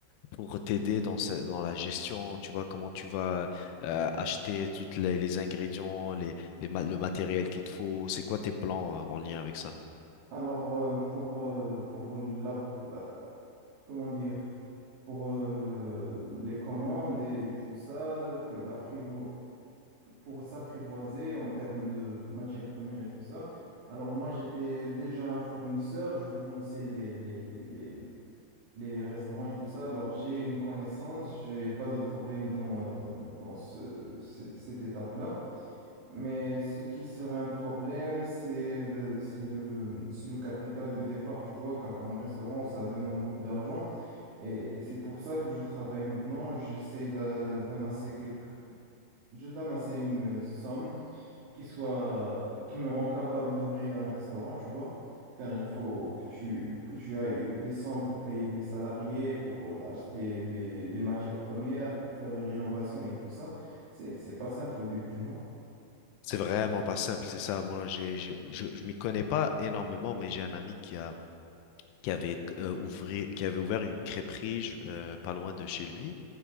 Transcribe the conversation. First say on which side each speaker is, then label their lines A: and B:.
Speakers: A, on the left; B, on the right.
A: pour t'aider dans ce- dans la gestion, tu vois comment tu vas euh, acheter toutes les, les ingrédients, les, les ma- le matériel qu'il te faut, c'est quoi tes plans euh, en lien avec ça?
B: Alors, euh, pour, euh, pour la, la- comment dire, pour euh, les commandes et tout ça, que l'apprivo- pour s'apprivoiser en termes de matières premières et tout ça, alors moi, j'étais déjà un fournisseur, je fournissais les, les, les- les restaurants et tout ça. Alors, j'ai une connaissance, j'ai pas de problème dans, euh, dans ce, ce- cette étape-là. Mais ce qui serait un problème, c'est le, c'est le, c'est le capital de départ, tu vois, car un restaurant, ça demande beaucoup d'argent. Et c'est pour ça que je travaille maintenant. J'essaie d'a- d'amasser quelques, je d'amasser une euh, somme qui soit, qui me rend capable d'ouvrir un restaurant, tu vois, car il faut que tu, que tu ailles des sommes pour payer les salariés, pour euh, acheter des, des matières premières, pour faire les rénovations et tout ça. C'est, c'est pas simple au début, tu vois.
A: C'est vraiment pas simple, c'est ça. Moi, j'ai, j'ai- je, je m'y connais pas énormément, mais j'ai un ami qui a, qui avait, euh, ouvri- qui avait ouvert une crêperie je- euh, pas loin de chez lui.